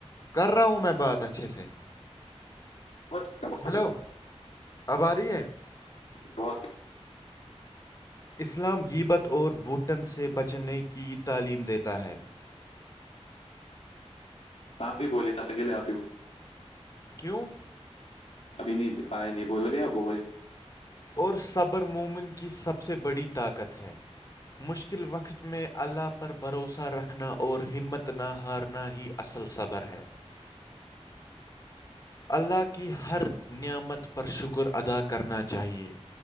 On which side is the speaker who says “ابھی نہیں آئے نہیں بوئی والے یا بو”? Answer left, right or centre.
Left